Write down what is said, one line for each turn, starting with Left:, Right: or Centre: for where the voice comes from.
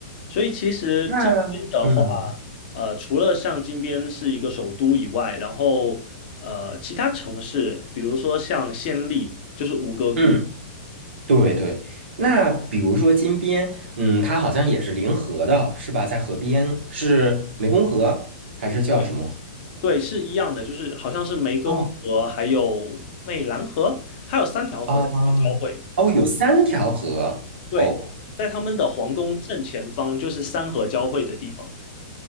Left: 所以其实金边的话，
Right: 那嗯
Left: 呃，除了像金边是一个首都以外，然后呃，其他城市，比如说像暹粒，就是吴哥窟。
Right: 嗯，对对。那比如说金边，嗯，它好像也是临河的，是吧？在河边，是湄公河还是叫什么河？
Left: 对对，是一样的，就是好像是湄公河，
Right: 哦
Left: 还有湄兰河，还有三条河在这边交汇。
Right: 啊，哦，有三条河哦。
Left: 对，在他们的皇宫正前方就是三河交汇的地方。